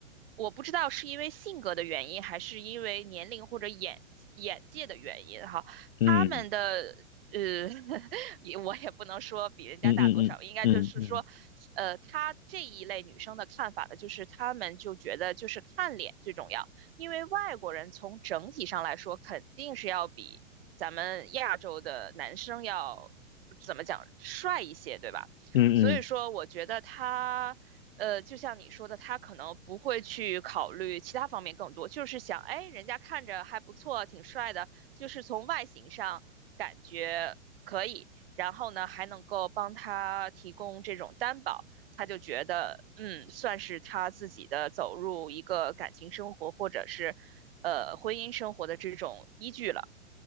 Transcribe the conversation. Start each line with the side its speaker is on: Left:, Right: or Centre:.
Right: 我不知道是因为性格的原因，还是因为年龄或者眼眼界的原因哈，
Left: 嗯
Right: 他们的呃，<laughs> 也我也不能说比人家大多少，
Left: 嗯嗯嗯嗯嗯
Right: 应该就是说，呃，他这一类女生的看法呢，就是他们就觉得就是看脸最重要，因为外国人从整体上来说肯定是要比。咱们亚洲的男生要怎么讲帅一些，对吧？
Left: 嗯嗯
Right: 所以说，我觉得他，呃，就像你说的，他可能不会去考虑其他方面更多，就是想，哎，人家看着还不错，挺帅的，就是从外形上感觉可以，然后呢，还能够帮他提供这种担保，他就觉得，嗯，算是他自己的走入一个感情生活或者是，呃，婚姻生活的这种依据了。